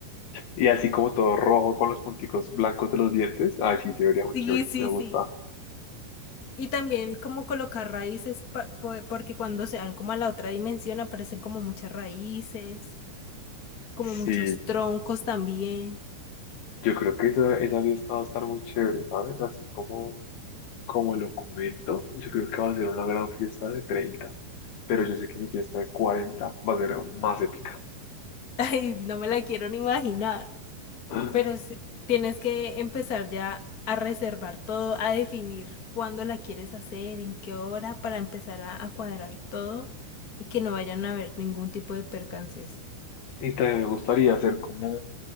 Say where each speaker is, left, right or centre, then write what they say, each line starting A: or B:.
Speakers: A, on the left; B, on the left.
A: y así como todo rojo con los punticos blancos de los dientes. ah sí, se vería muy
B: Sí,
A: chévere.
B: sí,
A: Me gusta.
B: sí. Y también como colocar raíces, pa- po- porque cuando se van como a la otra dimensión aparecen como muchas raíces, como
A: Sí,
B: muchos troncos también.
A: yo creo que esa, esa fiesta va a estar muy chévere, ¿sabes? Así como, como lo comento, yo creo que va a ser una gran fiesta de treinta, Pero yo sé que mi fiesta de cuarenta va a ser aún más épica.
B: <laughs> Ay, no me la quiero ni imaginar.
A: <laughs>
B: Pero sí, tienes que empezar ya a reservar todo, a definir cuándo la quieres hacer, en qué hora, para empezar a, a cuadrar todo y que no vayan a haber ningún tipo de percances.
A: Y también me gustaría hacer como